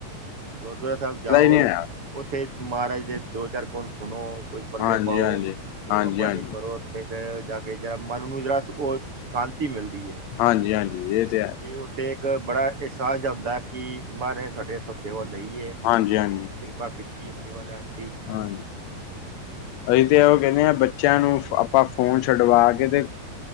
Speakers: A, on the right (about 40°); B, on the left (about 80°).
A: ਗੁਰਦੁਆਰਾ ਸਾਹਿਬ ਜਾਓ,
B: ਨਹੀਂ ਹੋਇਆ
A: ਉੱਥੇ ਮਹਾਰਾਜ ਦੇ ਦੋ-ਚਾਰ ਗੁਣ ਸੁਣੋ। ਪੱਲੇ
B: ਹਾਂਜੀ
A: ਪਾਓ,
B: ਹਾਂਜੀ
A: ਸੇਵਾ
B: ਹਾਂਜੀ
A: ਪਾਣੀ
B: ਹਾਂਜੀ
A: ਕਰੋ। ਤੇ ਫੇਰ ਜਾ ਕੇ ਜਿਹੜਾ ਮਨ ਨੂੰ ਜਿਹੜਾ ਉਹ ਸ਼ਾਂਤੀ ਮਿਲਦੀ ਹੈ।
B: ਹਾਂਜੀ-ਹਾਂਜੀ, ਇਹ ਤੇ ਹੈ।
A: ਇਹ ਉੱਥੇ ਇੱਕ ਬੜਾ ਅਹਿਸਾਸ ਜਾਂਦਾ ਕਿ ਮਹਾਰਾਜ ਸਾਡੇ ਇੱਥੋਂ ਸੇਵਾ ਲਈਏ।
B: ਹਾਂਜੀ-ਹਾਂਜੀ।
A: ਕਿਰਪਾ ਕੀਤੀ ਹੈ ਸੇਵਾ ਲੈਣ ਦੀ।
B: ਹਾਂਜੀ। ਅਸੀਂ ਤੇ ਉਹ ਕਹਿੰਦੇ ਆ ਬੱਚਿਆਂ ਨੂੰ ਆਪਾਂ ਫੋਨ ਛੱਡਵਾ ਕੇ ਤੇ